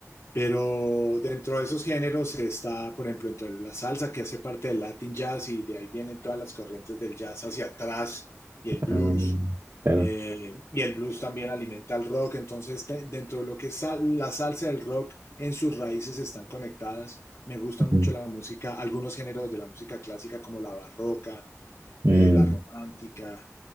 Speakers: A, on the left; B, on the right.
A: pero dentro de esos géneros está, por ejemplo, dentro de la salsa que hace parte del Latin Jazz y de ahí vienen todas las corrientes del jazz hacia atrás y el blues.
B: ah, claro.
A: eh, y el blues también alimenta al rock, entonces te- dentro de lo que es sal- la salsa del rock en sus raíces están conectadas. Me gusta mucho
B: Mm,
A: la música, algunos géneros de la música clásica como la barroca,
B: mm,
A: eh, la romántica,